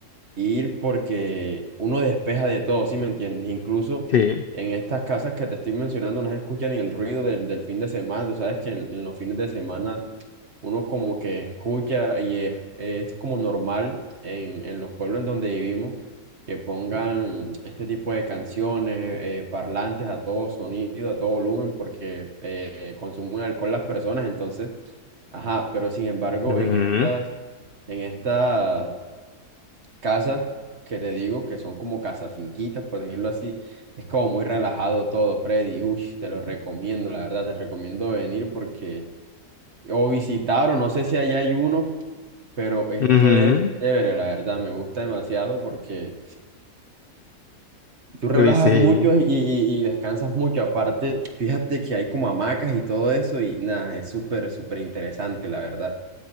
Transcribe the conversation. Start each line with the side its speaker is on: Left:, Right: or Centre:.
Right: ir porque uno despeja de todo, ¿sí me entiendes? Incluso
Left: sí.
Right: en estas casas que te estoy mencionando no se escucha ni el ruido del, del fin de semana. Tú sabes que en en los fines de semana uno como que escucha y es, es como normal en, en los pueblos en donde vivimos que pongan este tipo de canciones, eh, parlantes a todo sonido, a todo volumen, porque eh, consumen alcohol las personas, entonces, ajá, pero sin embargo,
Left: ujú,
Right: en estas, en estas casas que te digo, que son como casas finquitas, por decirlo así, es como muy relajado todo, Freddy, uy, te lo recomiendo, la verdad, te recomiendo venir porque... O visitar, o no sé si allá hay uno, pero esto
Left: ujú,
Right: es chévere, la verdad, me gusta demasiado porque tú relajas
Left: Uy, sí.
Right: mucho y, y- y descansas mucho. Aparte, fíjate que hay como hamacas y todo eso y nada, es súper, súper interesante, la verdad.